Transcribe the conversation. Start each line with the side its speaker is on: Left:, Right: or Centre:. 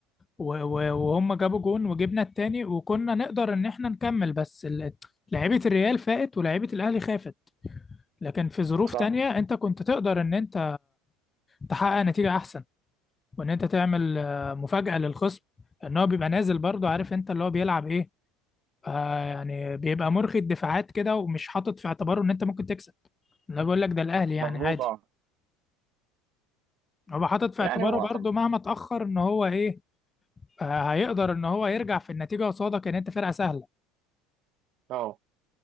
Left: و- و- وهم جابوا جون وجبنا التاني وكنا نقدر ان احنا نكمل بس ال- لعيبة الريال فاقت ولعيبة الاهلي خافت لكن في ظروف
Right: صح
Left: تانية انت كنت تقدر ان انت تحقق نتيجة احسن وان انت تعمل آه، مفاجأة للخصم ان هو بيبقى نازل برضه عارف انت اللي هو بيلعب ايه آه يعني بيبقى مرخي الدفاعات كده ومش حاطط في اعتباره ان انت ممكن تكسب انا بقول لك ده الاهلي يعني
Right: مظبوط
Left: عادي
Right: اه
Left: هو حاطط في
Right: يعني
Left: اعتباره
Right: هو
Left: برضه
Right: أتم-
Left: مهما اتأخر ان هو ايه آه، هيقدر ان هو يرجع في النتيجة قصادك ان انت فرقة سهلة
Right: اه